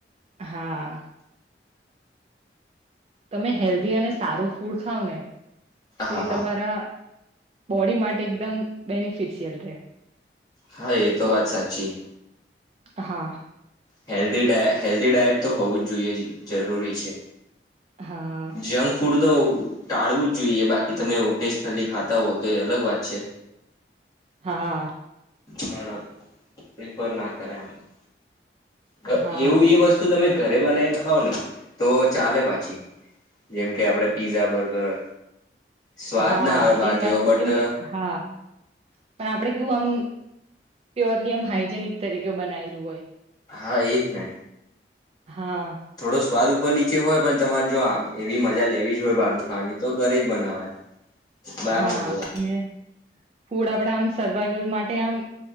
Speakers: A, on the right; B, on the left.
A: હા તમે હેલ્ધી અને સારું ફૂડ ખાવ ને તો
B: હા
A: એ તમારા
B: હા
A: બોડી માટે એકદમ બેનિફિશિયલ રહે
B: હા એ તો વાત સાચી.
A: હા
B: હેલ્ધ ડ હેલ્ધી ડાયટ તો હોવું જ જોઈએ જરૂરી છે
A: હા
B: જંક ફૂડ તો ટાળવું જ જોઈએ બાકી તમે ઓકેશનલી ખાતા હોવ તો એ અલગ વાત છે
A: હા
B: પણ પ્રિફર ના કરાય આનું ક
A: હા
B: એવું એ વસ્તુ તમે ઘરે બનાવીને ખાવ ને તો ચાલે પાછી જેમ કે આપડે પીઝા બર્ગર સ્વાદ
A: હા
B: ના આવે બહાર
A: એ
B: જેવો
A: પાછું
B: બટ
A: કેમ કે હા પણ આપડે કેવું આમ પ્યોરલી આમ હાઈજેનિક તરીકે બનાયલું હોય
B: હા એજ ને.
A: હા
B: થોડો સ્વાદ ઉપર નીચે હોય પણ તમારે જો આ એવી મજા લેવી જ હોય બહાર નું ખાવાની તો ઘરે જ બનાવાય બહાર
A: હા
B: ના જવાય
A: અને ફૂડ આપડા આમ સર્વાઈવલ માટે આમ